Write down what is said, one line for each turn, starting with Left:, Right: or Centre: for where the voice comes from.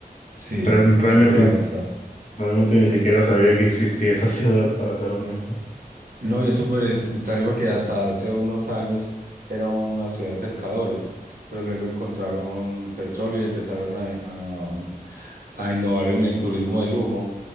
Right: Sí,
Left: Re- Realmente,
Right: súper
Left: ni-
Right: avanzada.
Left: realmente ni siquiera sabía que existía esa <laughs> ciudad, para ser honesto.
Right: No, y es súper es- extraño porque hasta hace unos años era una ciudad de pescadores, pero luego encontraron petróleo y empezaron a, a a innovar en el turismo de lujo.